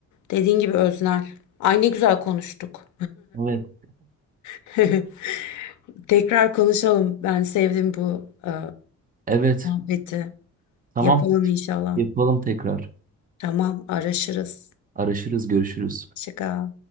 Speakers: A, on the left (about 70°); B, on the right (about 30°).
A: dediğin gibi öznel. Ay ne güzel konuştuk.
B: Evet.
A: <laughs> Tekrar konuşalım. Ben sevdim bu e,
B: Evet.
A: muhabbeti.
B: Tamam.
A: Yapalım inşallah.
B: Yapalım tekrar.
A: Tamam, araşırız.
B: Araşırız, görüşürüz.
A: şikar.